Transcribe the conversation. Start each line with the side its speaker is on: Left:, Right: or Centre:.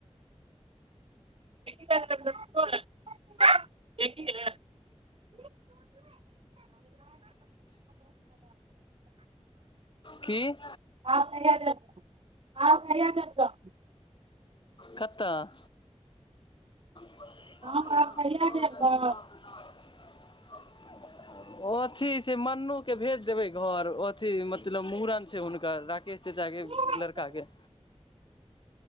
Right: <inaudible>
Left: की <inaudible>
Right: आब कहिया जैब आब कहिया जैब गाम
Left: कुत्ता <inaudible> <unintelligible> ओथी
Right: गाम आब कहिया जैब गाम
Left: छैक मन्नु केँ भेज देबय घर अथी मतलब मुड़न छैक हुनकर राकेश चचा
Right: अहाँ
Left: केँ लड़का केँ